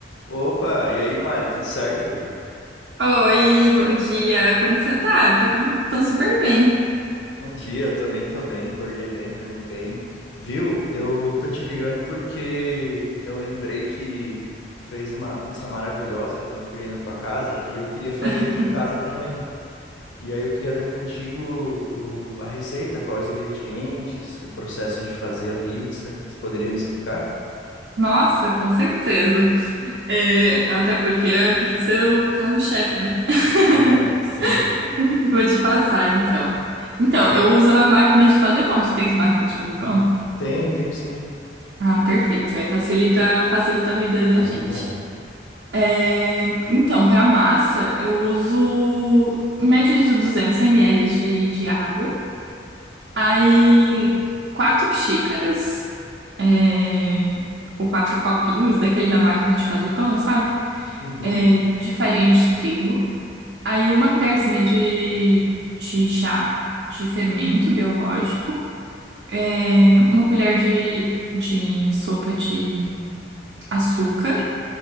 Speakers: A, on the left; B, on the right.
A: Opa, e aí, Mari, tudo certo?
B: Oi, bom dia. Como que você tá? Tô, tô- tô super bem.
A: Bom dia, também tô bem, acordei bem, dormi bem. Viu? Eu tô te ligando porque eu lembrei que tu fez uma pizza maravilhosa quando eu fui aí na tua casa e eu queria fazer
B: <laughs>
A: aqui em casa também. E aí eu queria ver contigo o- a receita, quais os ingredientes, o processo de fazer a pizza. Você poderia me explicar?
B: Nossa, com certeza. É, até porque a pizza é o carro-chefe, né? <laughs>
A: <laughs> Sim,
B: Vou te passar, então. Então,
A: certo.
B: eu uso a máquina de fazer pão. Tu tens máquina de fazer pão?
A: Tenho, tenho sim.
B: Ah, perfeito. Aí facilita, facilita a vida da
A: Ah,
B: gente.
A: que bom.
B: É, então, para massa, eu uso em média de 200 ml de, de água. Aí,
A: Uhum.
B: quatro xícaras. é, o quatro copinhos daquele da máquina de fazer pão, sabe?
A: Uhum.
B: É, de farinha de trigo. Aí uma colherzinha de, de chá de fermento biológico. É, uma colher de, de sopa de açúcar.